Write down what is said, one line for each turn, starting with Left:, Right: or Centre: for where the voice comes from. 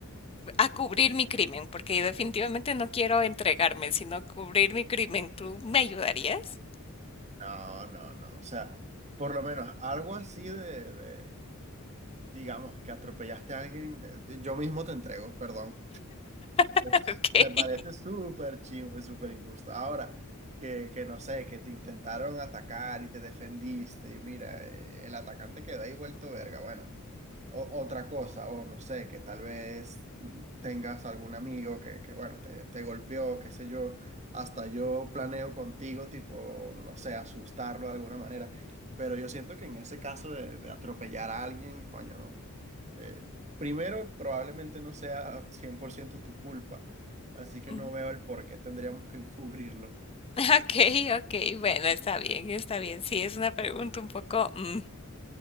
Left: a cubrir mi crimen? Porque yo definitivamente no quiero entregarme, sino cubrir mi crimen. ¿Tú me ayudarías?
Right: No, no, no. O sea, por lo menos algo así de, de, digamos, que atropellaste a alguien, eh, yo mismo te entrego, perdón.
Left: <laughs>
Right: Es-
Left: Ok.
Right: me parece súper chingo y súper injusto. Ahora, que, que no sé, que te intentaron atacar y te defendiste y mira, eh, el atacante queda ahí vuelto verga, bueno. o- otra cosa, o no sé, que tal vez mm, tengas algún amigo que, que bueno, te, te golpeó, qué sé yo, hasta yo planeo contigo, tipo, no sé, asustarlo de alguna manera, pero yo siento que en ese caso de, de atropellar a alguien, coño, eh, primero, probablemente no sea 100% tu culpa, así que
Left: Ujú.
Right: no veo el por qué tendríamos que encubrirlo.
Left: Ok, ok, bueno, está bien, está bien. Sí, es una pregunta un poco, mm,